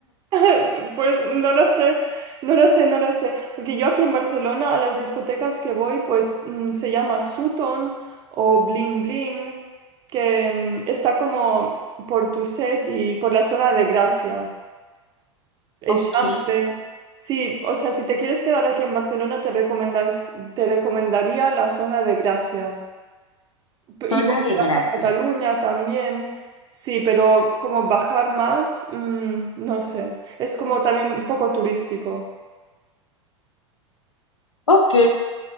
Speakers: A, on the right; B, on the left.
A: <laughs> pues no lo sé, no lo sé, no lo sé, porque yo aquí en Barcelona a las discotecas que voy, pues mm, se llama Sutton o Bling Bling, que mm, está como por Tuset y por la zona de Gracia,
B: Ok,
A: Eixample. Sí, o sea, si te quieres quedar aquí en Barcelona, te recomendas- te recomendaría la zona de Gracia. Igual
B: zona de
A: Plaza
B: gracia.
A: Cataluña también. Sí, pero como bajar más, mm, no sé. Es como también un poco turístico.
B: Ok,